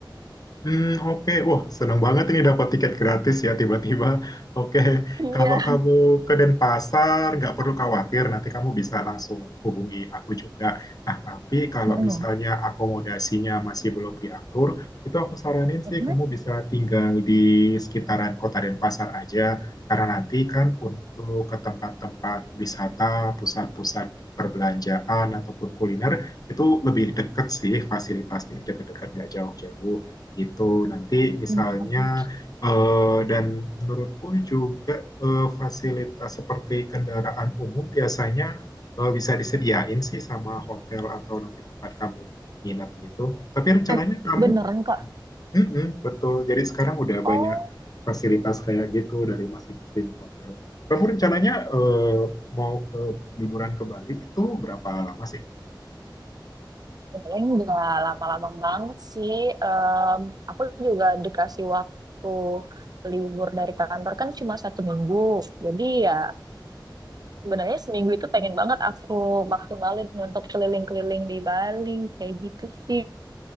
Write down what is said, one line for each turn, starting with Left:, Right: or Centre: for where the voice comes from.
Left: Hmm, oke. Wah, senang banget ini dapat tiket gratis ya tiba-tiba. <laughs> Oke,
Right: Iya.
Left: kalau kamu ke Denpasar,
Right: <laughs>
Left: nggak perlu khawatir, nanti kamu bisa langsung hubungi aku juga. Nah, tapi kalau
Right: Mm-mm.
Left: misalnya akomodasinya masih belum diatur, itu aku saranin
Right: Mm-mm.
Left: sih kamu bisa tinggal di sekitaran kota Denpasar aja, karena nanti kan untuk ke tempat-tempat wisata, pusat-pusat perbelanjaan ataupun kuliner, itu lebih deket sih fasilitasnya, deket-deket nggak jauh-jauh gitu. Nanti misalnya
Right: Mm-mm.
Left: eh, dan menurutku juga eh, fasilitas seperti kendaraan umum biasanya eh, bisa disediain sih sama hotel atau nanti tempat kamu nginap gitu. Tapi rencananya
Right: Eh,
Left: kamu,
Right: beneran Kak.
Left: Mm-mm, betul. Jadi sekarang udah banyak
Right: Oh,
Left: fasilitas kayak gitu dari masing-masing hotel. Kamu rencananya eh, mau ke liburan ke Bali itu berapa lama sih?
Right: paling nggak lama-lama banget sih. Em, aku juga dikasih waktu libur dari kantor kan cuma satu minggu. Jadi ya sebenarnya seminggu itu pengen banget aku maksimalin untuk keliling-keliling di Bali kayak gitu sih.